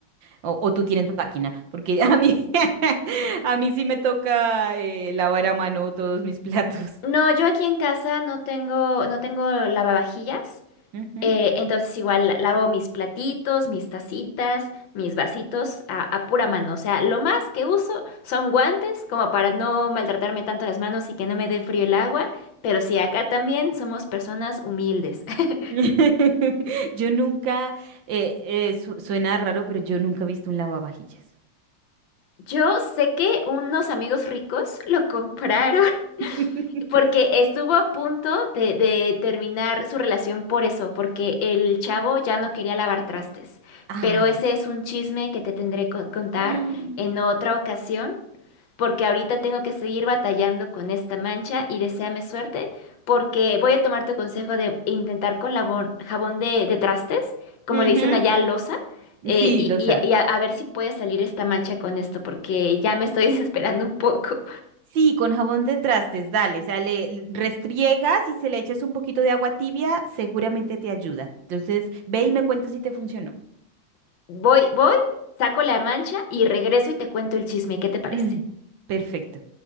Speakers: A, on the right; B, on the left.
A: o, o tú tienes máquina, porque a mí, <laughs> a mí sí me toca eh, lavar a mano todos mis platos.
B: No, yo aquí en casa no tengo, no tengo lavavajillas.
A: Ujú.
B: Eh, entonces igual lavo mis platitos, mis tacitas, mis vasitos a, a pura mano. O sea, lo más que uso son guantes como para no maltratarme tanto las manos y que no me dé frío el agua. Pero sí, acá también somos personas humildes. <laughs>
A: <laughs> Yo nunca, eh, eh, su- suena raro, pero yo nunca he visto un lavavajillas.
B: Yo sé que unos amigos ricos lo compraron <laughs>
A: <laughs>
B: porque estuvo a punto de, de terminar su relación por eso, porque el chavo ya no quería lavar trastes.
A: Ay.
B: Pero ese es un chisme que te tendré que contar
A: <gasps>
B: en otra ocasión. porque ahorita tengo que seguir batallando con esta mancha y deséame suerte, porque voy a tomar tu consejo de intentar con labón- jabón de, de trastes, como
A: Ujú.
B: le dicen allá, loza, eh,
A: Sí,
B: y,
A: losa.
B: y- y a, a ver si puede salir esta mancha con esto, porque ya me estoy <laughs> desesperando un poco.
A: Sí, con jabón de trastes, dale. O sea, le le restriegas y se le echas un poquito de agua tibia, seguramente te ayuda. Entonces, ve y me cuentas si te funcionó.
B: Voy, voy, saco la mancha y regreso y te cuento el chisme, ¿qué te parece?
A: Mm, Perfecto.